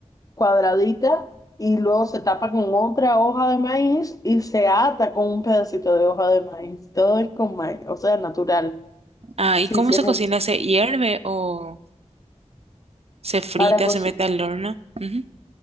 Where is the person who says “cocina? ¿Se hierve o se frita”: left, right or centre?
Right